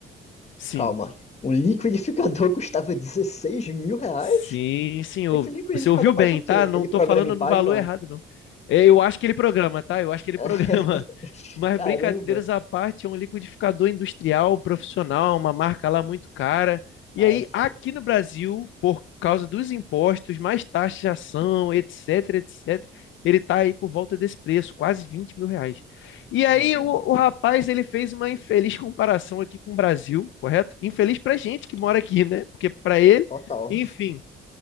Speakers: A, on the left (about 75°); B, on the left (about 35°).
A: Sim.
B: calma. O liquidificador <laughs> custava 16 mil reais?
A: Sim, senhor.
B: Esse liquidificador
A: Você ouviu bem,
B: faz o quê?
A: tá? Não
B: Ele
A: tô
B: programa
A: falando
B: em Python,
A: no valor
B: é?
A: errado, não. É, Eu acho que ele programa, tá? Eu acho que ele
B: <laughs>
A: programa. <laughs> Mas
B: Caramba.
A: brincadeiras à parte, é um liquidificador industrial, profissional, uma marca lá muito cara. E
B: Ah,
A: aí,
B: sim,
A: aqui no Brasil, por causa dos impostos, mais taxação, etc, etc, ele tá aí por volta desse preço, quase vinte mil reais. E aí,
B: caramba.
A: o, o rapaz, ele fez uma infeliz comparação aqui com o Brasil, correto? Infeliz pra gente que mora aqui, né? Porque pra ele,
B: Co- Total.
A: enfim.